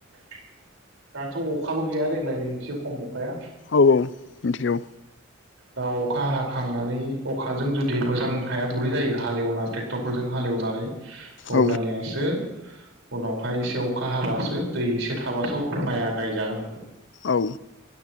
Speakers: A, on the right; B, on the left.
A: दाथ' अखाबो गैया देग्लाय नै एसे खम अखाया
B: औ औ मिथिगौ
A: दा अखा हाखांनानै अखाजों जुदि मोजां हाया गुरै जायो हालेवना टेक्टरफोरजों हालेवनानै
B: औ
A: अब्लानियासो उनावहाय एसे अखा हाबासो दै एसे थाबासो माइया गायजागोन
B: औ